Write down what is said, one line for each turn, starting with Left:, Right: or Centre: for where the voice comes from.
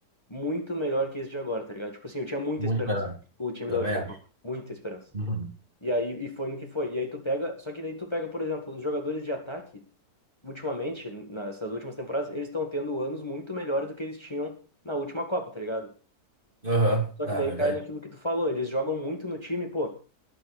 Left: muito melhor que esse de agora, tá ligado? Tipo assim, eu tinha muita
Right: Muito
Left: esperança
Right: melhor,
Left: com o time
Right: também
Left: da última
Right: acho.
Left: Copa, muita esperança.
Right: Uhum.
Left: E aí, e foi no que foi. E aí tu pega, só que daí tu pega, por exemplo, os jogadores de ataque, ultimamente, nas nas últimas temporadas, eles estão tendo anos muito melhores do que eles tinham na última Copa, tá ligado?
Right: Aham,
Left: Só
Right: Na
Left: que daí
Right: verdade.
Left: cai naquilo que tu falou, eles jogam muito no time, pô.